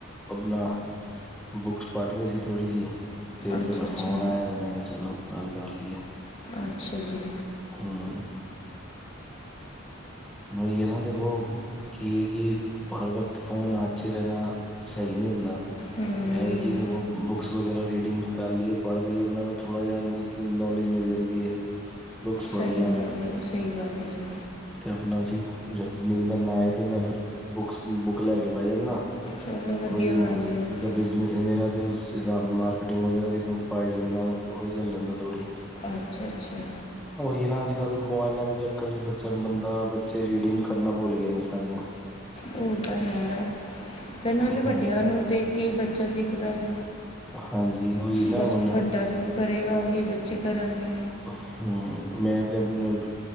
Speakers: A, in the centre; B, on the left.
A: ਆਪਣਾ। ਬੁੱਕਸ ਪੜ, ਰਹੇ ਸੀ ਥੋੜੀ ਜਿਹੀ। ਤੇ ਤੁਹਾਡਾ
B: ਅੱਛਾ ਅੱਛਾ
A: ਫੋਨ ਆਇਆ ਤੇ ਮੈਂ ਕਿਹਾ ਚਲੋ, ਗੱਲ ਕਰ ਲਈਏ।
B: ਅੱਛਾ ਜੀ।
A: ਹੂੰ। ਇਹ ਔਹੀ ਹੈਨਾ ਦੇਖੋ ਕੀ ਹੈ ਕਿ ਹਰ ਵਕਤ ਫੋਨ ਹਥ ਚ ਲੈਣਾ ਸਹੀ ਨਹੀਂ ਹੁੰਦਾ।
B: ਹੂੰ
A: ਇਹ ਕਿਦੇ ਉਹ ਬੁੱਕਸ ਵਗੈਰਾ ਰੀਡਿੰਗ ਕਰ ਲਈਏ, ਪੜ੍ਹ ਲਈਏ ਉਹਨਾਂ ਨੂੰ ਥੋੜ੍ਹਾ ਜਿਹਾ ਨ ਨੌਲੇਜ ਮਿਲ ਜਾਂਦੀ ਹੈ। <inaudible> ਪੜ੍ਹਨ
B: ਸਹੀ
A: ਨਾਲ
B: ਗੱਲ ਹੈ-ਸਹੀ ਗੱਲ ਹੈ ਜੀ।
A: ਤੇ ਆਪਣਾ ਜਦ ਨੀਂਦਰ ਨਾ ਆਏ ਤੇ ਮੈਂ ਫਿਰ ਬੁੱਕਸ-ਬੁੱਕ ਲੈ ਕੇ ਬਹਿ ਜਾਂਦਾ।
B: ਚਲੋ ਵਧੀਆ
A: ਕੋਈ
B: ਗੱਲ ਹੈ
A: ਜਿੱਦਾਂ ਬਿਜਨਸ ਹੈ ਮੇਰਾ ਤੇ ਉਸ ਹਿਸਾਬ ਨਾਲ ਮਾਰਕੀਟਿੰਗ ਵਗੈਰਾ ਦੀ ਬੁੱਕ ਪੜ ਲੈਂਦਾ, ਨਾਲੱਜ ਲੈ ਲੈਂਦਾ ਥੋੜ੍ਹੀ
B: ਅੱਛਾ ਅੱਛਾ
A: ਉਹੀ ਹੈ ਨਾ, ਅੱਜ-ਕੱਲ੍ਹ ਮੋਬਾਇਲਾਂ ਦੇ ਚੱਕਰ ਚ ਬੱਚਾ ਬੰ ਤਾ ਬੱਚੇ ਰੀਡਿੰਗ ਕਰਨਾ ਭੁਲ ਗਏ ਨੇ ਸਾਰੀਆਂ।
B: ਉਹ ਤਾਂ ਹੈ, ਤੇ ਨਾਲੇ
A: ਹਮ,
B: ਵੱਡਿਆਂ ਨੂੰ ਦੇਖ ਕੇ ਹੀ ਬੱਚਾ ਸਿੱਖਦਾ ਹੈ।
A: ਹਾਂਜੀ ਉਹੀ ਨਾ
B: ਬ
A: ਹੁਣ
B: ਵੱਡਾ ਜੋ ਕਰੇਗਾ, ਉਹੀ ਬੱਚੇ ਕਰਾਂਗੇ।
A: ਹੂੰ, ਮੈਂ ਤਾਂ ਆਪਣੇ